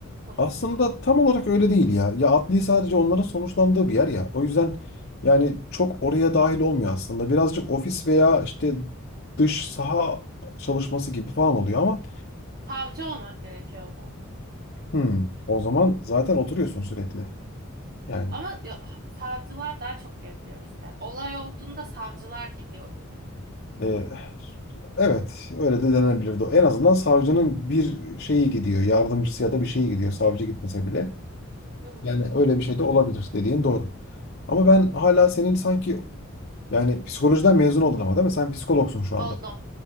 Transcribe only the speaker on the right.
konusunda.
Savcı olmak gerekiyor o zaman.
Ama yo- savcılar daha çok geziyor işte. Olay olduğunda savcılar gidiyor gibi.
Hı,
hı,
oldum.